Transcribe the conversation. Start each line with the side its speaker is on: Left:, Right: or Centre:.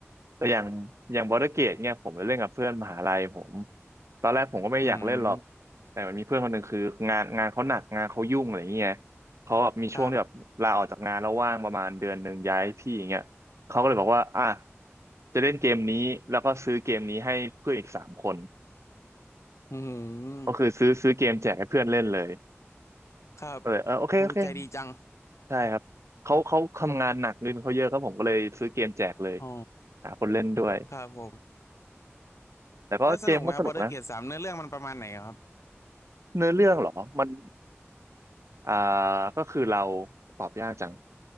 Right: แต่อย่างอย่างบอร์ดเกตเนี่ยผมไปเล่นกับเพื่อนมหาลัยผมตอนแรกผมก็ไม่อยากเล่นหรอก
Left: อืม
Right: แต่มันมีเพื่อนคนหนึ่งคืองานงานเขาหนักงานเขายุ่งอะไรเงี้ยเขาแบบมีช่วงที่แบบลาออกจากงานแล้วว่างประมาณเดือนหนึ่งย้ายที่อย่างเงี้ยเขาก็เลยบอกว่าอ่ะ
Left: ครับ
Right: จะเล่นเกมนี้แล้วก็ซื้อเกมนี้ให้เพื่อนอีกสามคน
Left: อืม
Right: ก็คือซื้อซื้อเกมแจกให้เพื่อนเล่นเลย
Left: ครับ
Right: ก็เลยเออโอเคโอเค
Left: ผู้ใจดีจัง
Right: ใช่ครับเขาเขาทำงานหนักเงินเขาเยอะครับผมก็เลยซื้อเกมแจกเลย
Left: อ๋อ
Right: หาคนเล่นด้วย
Left: ครับผม
Right: แต่ก็เกมก็สนุกนะ
Left: แล้วสนุกไหมครับบอร์เดอร์เกตสามเนื้อเรื่องมันประมาณไหนครับ
Right: เนื้อเรื่องเหรอ มันอ่าก็คือเราตอบยากจัง